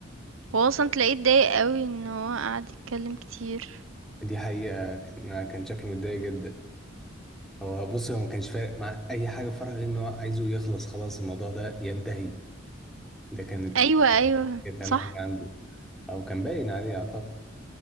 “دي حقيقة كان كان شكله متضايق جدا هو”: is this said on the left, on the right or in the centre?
Centre